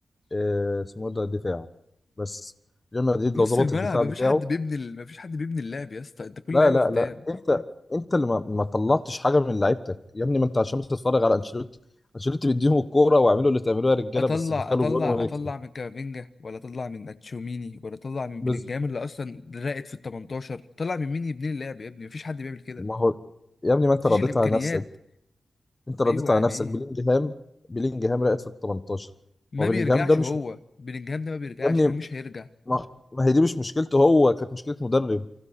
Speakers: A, on the left (about 25°); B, on the left (about 45°).
A: آه، اسمه إيه ده دفاع بس ريال مدريد
B: نص
A: لو ظبط
B: الملعب
A: الدفاع بتاعه
B: مفيش حد بيبني ال- مفيش حد بيبني اللعب يا اسطى انت كل
A: لا
B: لعيبه
A: لا
B: قدام
A: لا انت انت اللي ما, ما طلعتش حاجه من لعيبتك يا ابني ما انت عشان بتتفرج على انشيلوتي انشيلوتي بيديهم الكوره واعملوا اللي تعملوه يا رجاله
B: اطلع
A: بس دخلوا
B: اطلع
A: جول ونكسب
B: اطلع من كامافينجا ولا اطلع من اتشوميني ولا اطلع من
A: بس
B: بلينجهام اللي اصلا راقد في ال 18 طلع من مين يبني اللعب يا ابني مفيش حد بيعمل كده
A: ما هو يا ابني ما انت
B: مفيش
A: رضيت
B: الامكانيات
A: على نفسك انت رضيت
B: ايوه
A: على
B: يعني
A: نفسك
B: ايه
A: بلينجهام بلينجهام رقت في ال 18
B: ما
A: هو بلينجهام
B: بيرجعش
A: ده مش
B: هو
A: م-
B: بلينجهام ده ما بيرجعش
A: يا ابني
B: ومش هيرجع
A: ما, ما هي دي مش مشكلته هو كانت مشكله مدرب